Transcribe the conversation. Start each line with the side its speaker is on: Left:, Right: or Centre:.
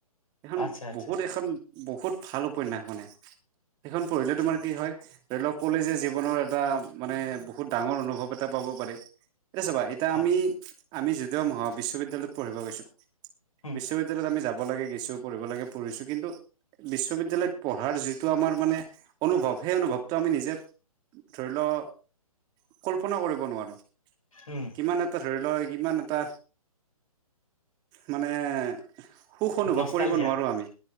Right: এইখন
Left: আচ্ছা আচ্ছা
Right: বহুত এখন বহুত ভাল উপন্যাস মানে সেইখন পঢ়িলে
Left: আচ্ছা
Right: তোমাৰ কি হয়, ধৰি লওক কলেজৰ জীৱনৰ এটা মানে বহুত ডাঙৰ অনুভৱ এটা পাব পাৰি। এ চাবা এতিয়া
Left: হয়
Right: আমি আমি যদিও মহা বিশ্ববিদ্যয়ালয়ত পঢ়িব গৈছো।
Left: উম
Right: বিশ্ববিদ্যালয়ত আমি যাব লাগে গৈছো পঢ়িব লাগে পঢ়িছো কিন্তু বিশ্ববিদ্যয়ালয়ত পঢ়াৰ যিটো আমাৰ মানে অনুভৱ সেই অনুভৱটো আমি নিজে ধৰিলওঁক কল্পনাও কৰিব <unintelligible> নোৱাৰোঁ
Left: উম
Right: কিমান ধৰিলওঁ ইমান এটা মানে সুখ অনুভৱ
Left: নষ্টালজিয়া
Right: কৰিব নোৱাৰো আমি,